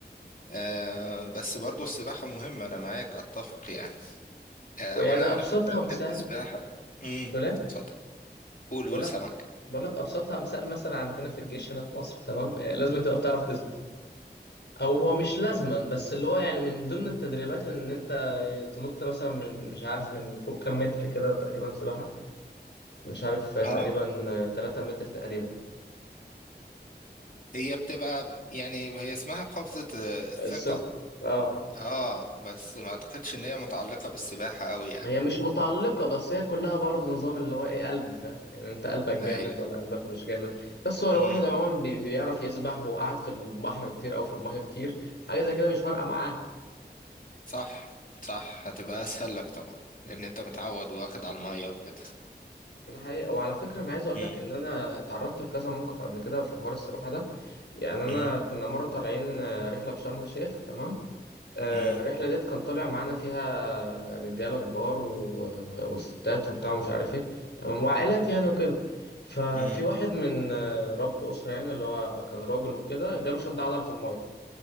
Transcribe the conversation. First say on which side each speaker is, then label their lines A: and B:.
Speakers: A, on the left; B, on the left.
A: آه بس برضو السباحة مهمة أنا معاك أتفق يعني آه
B: ويعني
A: وأنا
B: أبسطها
A: على فكرة
B: مثال
A: لعبت سباحة امم
B: تقول إيه؟
A: اتفضل قول
B: بقول
A: قول
B: لك
A: سمك
B: بقول لك أبسطها مثال مثلا عندنا في الجيش هنا في مصر تمام آه، لازم أنت تبقى بتعرف تسبح او هو مش لازما بس اللي هو يعني من ضمن التدريبات ان انت تنط مثلا من مش عارف من فوق كام متر كده تقريبا سباحة مش عارف تقريبا
A: اه
B: 3 متر تقريبا
A: هي بتبقى يعني هي اسمها قفزة آه، الثقة
B: الثقل اه
A: اه بس ما أعتقدش إن هي متعلقة بالسباحة أوي يعني
B: هي مش متعلقة بس هي كلها برضه نظام اللي هو ايه قلب فاهم يعني انت قلبك جامد
A: أيوه
B: ولا قلبك مش جامد بس هو لو
A: امم
B: واحد عموما بي- بيعرف يسبح وقعد في البحر كتير او في المية كتير حاجة زي كده مش فارقة معاه
A: صح صح هتبقى أسهل لك طبعا لأن أنت متعود واخد على المية وكده
B: ده حقيقة وعلى فكرة أنا عايز أقول
A: امم
B: لك إن أنا اتعرضت لكذا موقف قبل كده في حوار السباحة ده يعني أنا
A: امم
B: كنا مرة طالعين آه، رحلة في شرم الشيخ تمام آه،
A: امم
B: الرحلة ديت كان طالع معانا فيها رجالة كبار و... وستات وبتاع ومش عارف إيه تمام وعائلات يعني وكده ففي
A: امم
B: واحد من آه، رب أسرة يعني اللي هو كان راجل وكده جاله شد عضل في المية